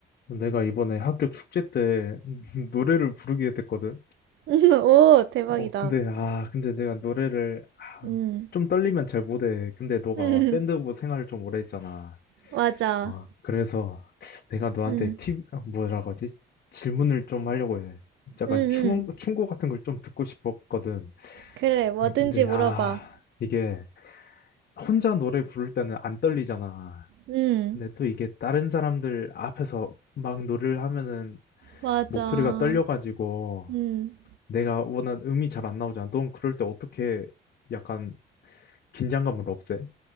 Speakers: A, on the left (about 55°); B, on the right (about 70°).
A: 내가 이번에 학교 축제 때 <laughs> 노래를 부르게 됐거든.
B: <laughs> 오, 대박이다.
A: 어, 근데, 아, 근데 내가 노래를, 아,
B: 음,
A: 좀 떨리면 잘 못해. 근데 너가
B: <laughs> 음,
A: 밴드부 생활을 좀 오래 했잖아.
B: 맞아.
A: 어, 그래서 내가 너한테
B: 음,
A: 팁, 아, 뭐라고 하지? 질문을 좀 하려고 해. 약간
B: 음, 음.
A: 충원, 충고 같은 걸 좀 듣고 싶었거든.
B: 그래, 뭐든지
A: 아니, 근데,
B: 물어봐.
A: 아, 이게 혼자 노래 부를 때는 안 떨리잖아.
B: 음,
A: 근데 또 이게 다른 사람들 앞에서 막 노래를 하면은
B: 맞아.
A: 목소리가 떨려가지고
B: 음,
A: 내가 원한 음이 잘 안 나오잖아. 넌 그럴 때 어떻게 약간 긴장감을 없애?